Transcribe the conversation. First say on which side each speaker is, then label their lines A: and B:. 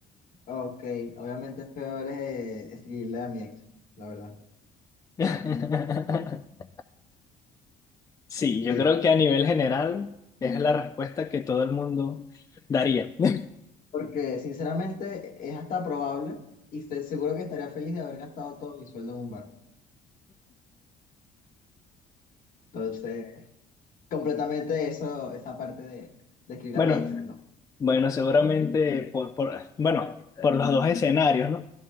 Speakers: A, on the left; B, on the left.
A: Ok, obviamente es peor eh, escribirle a mi ex, la verdad.
B: <laughs> Sí, yo
A: Sí,
B: creo que a nivel general es la respuesta que todo el mundo daría. <laughs>
A: porque sinceramente es hasta probable y estoy seguro que estaría feliz de haber gastado todo mi sueldo en un bar. Entonces, completamente eso, esa parte de, de escribir
B: Bueno,
A: a mi ex, no.
B: bueno, seguramente por, por, bueno, por los dos escenarios, ¿no?